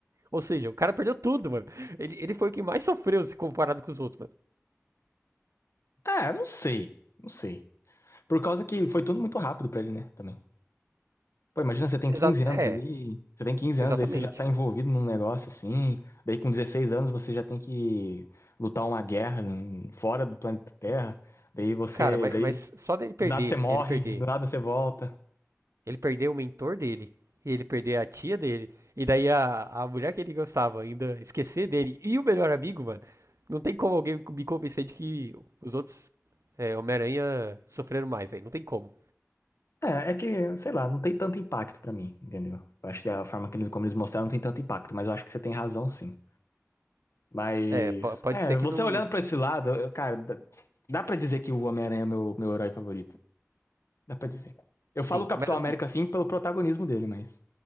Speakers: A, on the right (about 80°); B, on the left (about 65°).
A: Ou seja, o cara perdeu tudo, mano. Ele, ele foi o que mais sofreu se comparado com os outros, mano.
B: Ah, eu não sei. Não sei. Por causa que foi tudo muito rápido pra ele, né? Também. Pô, imagina, você tem
A: Exa
B: 15 anos
A: é,
B: ali, você tem 15
A: exatamente,
B: anos, daí você já tá
A: mano.
B: envolvido num negócio assim, daí com 16 anos você já tem que lutar uma guerra hum, fora do planeta Terra, daí você,
A: Cara, mas,
B: daí
A: mas só dele
B: do
A: perder,
B: nada você morre,
A: ele perder,
B: do nada você volta.
A: ele perder o mentor dele, e ele perder a tia dele, e daí a, a mulher que ele gostava ainda esquecer dele e o melhor amigo, mano. Não tem como alguém me convencer de que os outros é, Homem-Aranha sofreram mais, velho. Não tem como.
B: É, é que, sei lá, não tem tanto impacto pra mim, entendeu? Eu acho que a forma que eles, como eles mostraram não tem tanto impacto, mas eu acho que você tem razão sim. Mas,
A: É, po- pode
B: é,
A: ser que
B: você
A: não.
B: olhando pra esse lado, eu- cara, dá dá pra dizer que o Homem-Aranha é meu, meu herói favorito. Dá pra dizer. Eu
A: Sim,
B: falo Capitão
A: mas assim,
B: América assim pelo protagonismo dele, mas.